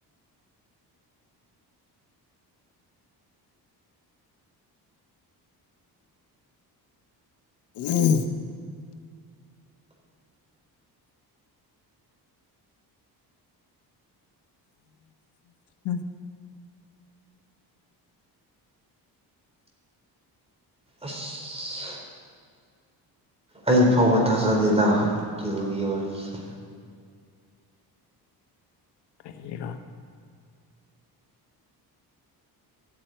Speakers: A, on the left (about 90°); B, on the right (about 15°).
A: ꯎꯝ ꯎꯝ
B: ꯑꯁ ꯑꯩ ꯐꯥꯎꯕ ꯊꯥꯖꯗꯦꯗ ꯎꯀꯤꯜꯒꯤ ꯋꯥꯔꯤꯁꯦ
A: ꯀꯩꯒꯤꯔꯣ